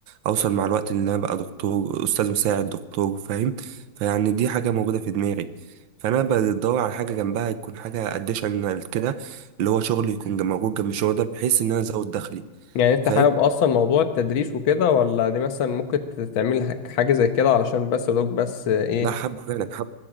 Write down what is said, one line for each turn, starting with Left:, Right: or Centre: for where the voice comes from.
Right: اوصل مع الوقت ان انا بقى دكتور استاذ مساعد دكتور فاهم فيعني دي حاجه موجوده في دماغي فانا بدور على حاجه جنبها يكون حاجه اديشنال كده اللي هو شغل يكون جم- موجود جنب الشغل ده بحيث ان انا ازود دخلي
Left: يعني انت
Right: فاهم
Left: حابب اصلا موضوع التدريس وكده ولا دي مثلا ممكن تعمل ح- حاجه زي كده علشان بس لوك بس ايه
Right: لا حابب فعلا حابب